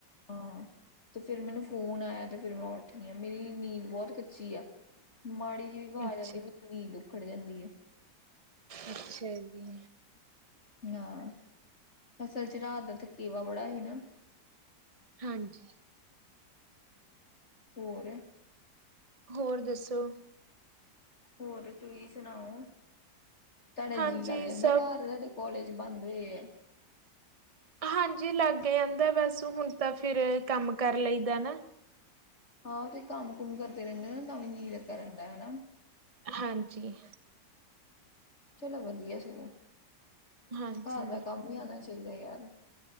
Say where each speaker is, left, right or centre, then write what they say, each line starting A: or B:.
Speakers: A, on the left (about 40°); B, on the right (about 20°).
A: ਹਾਂ ਤੇ ਫਿਰ ਮੈਨੂੰ ਫੋਨ ਆਇਆ ਤੇ ਫਿਰ ਮੈਂ ਉੱਠੀ ਆ ਮੇਰੀ ਨੀਂਦ ਬਹੁਤ ਕੱਚੀ ਆ। ਮਾੜੀ ਜਿਹੀ ਵੀ ਅਵਾਜ਼
B: ਅੱਛਾ
A: ਆ ਜਾਂਦੀ ਮੈਨੂੰ ਨੀਂਦ ਉੁੱਖੜ ਜਾਂਦੀ ਹੈ।
B: ਅੱਛਾ ਜੀ!
A: ਹਾਂ ਅਸਲ 'ਚ ਰਾਤ ਦਾ ਥਕੇਵਾ ਬੜਾ ਸੀ ਨਾ।
B: ਹਾਂਜੀ।
A: ਹੋਰ!
B: ਹੋਰ ਦੱਸੋ?
A: ਹੋਰ ਤੁਹੀ ਸੁਣਾਓ? ਤੁਹਾਡਾ
B: ਹਾਂਜੀ
A: ਜੀਅ ਲੱਗ ਜਾਂਦਾ
B: ਸਭ
A: ਘਰ ਸਾਡੇ ਕੋਲਜ ਬੰਦ ਹੋਏ ਆ।
B: ਹਾਂਜੀ ਲਾਗ ਜਾਂਦਾ ਬਸ ਹੁਣ ਤਾਂ ਫਿਰ ਕੰਮ ਕਰ ਲਈਦਾ ਨਾ।
A: ਹਾਂ ਤੁਸੀ ਕੰਮ ਕੁਮ ਕਰਦੇ ਰਹਿੰਦੇ ਨਾ ਤਾਵੀਂ ਜੀ ਲੱਗਾ ਰਹਿਦਾ ਹਨਾ।
B: ਹਾਂਜੀ।
A: ਚਲੋ ਵਧੀਆ ਸਗੋਂ,
B: ਹਾਂਜੀ
A: ਘਰ ਦਾ ਕੰਮ ਹੀ ਆਉਣਾ ਚਾਹੀਦਾ ਯਾਰ।